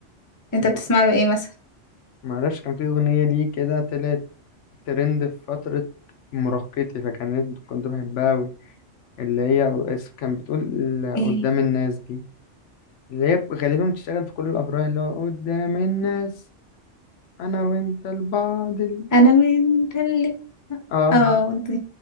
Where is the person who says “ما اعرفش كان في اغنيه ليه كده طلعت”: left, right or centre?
Left